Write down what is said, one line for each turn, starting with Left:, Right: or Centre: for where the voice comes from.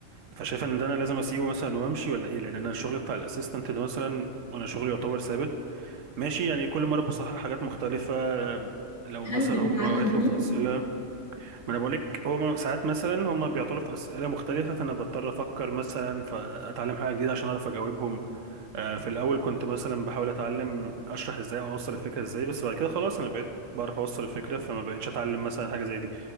Right: فشايف ان ده انا لازم اسيبه مثلا وامشي ولا ايه لان انا الشغل بتاع الاسيستنت ده مثلا انا شغلي يعتبر ثابت ماشي يعني كل مره بصحح حاجات مختلفه لو
Left: هل
Right: مثلا
Left: بتتعلم
Right: هم يطلبوا
Left: فيه
Right: في اسئله ما انا بقول لك هم ساعات مثلا هم بيعطلوا في اسئله مختلفه فانا بضطر افكر مثلا فاتعلم حاجه جديده عشان اعرف اجاوبهم آه، في الاول كنت مثلا بحاول اتعلم اشرح ازاي او اوصل الفكره ازاي بس بعد كده خلاص انا بقيت بعرف اوصل الفكره فما بقتش اتعلم مثلا حاجه زي دي